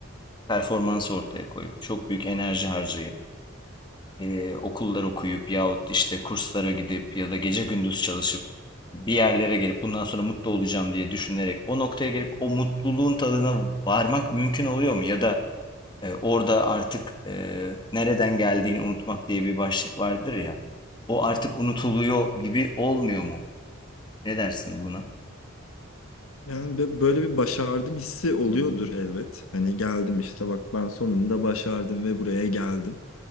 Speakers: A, on the left; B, on the left.
A: performans ortaya koyup, çok büyük enerji harcayıp, e, okullar okuyup yahut işte kurslara gidip ya da gece gündüz çalışıp bir yerlere gelip bundan sonra mutlu olacağım diye düşünerek o noktaya gelip o mutluluğun tadına varmak mümkün oluyor mu? Ya da e, orada artık e, nereden geldiğini unutmak diye bir başlık vardır ya. O artık unutuluyor gibi olmuyor mu? Ne dersin buna?
B: Yani bö- böyle bir başardım hissi oluyordur elbet. Hani geldim işte bak ben sonunda başardım ve buraya geldim.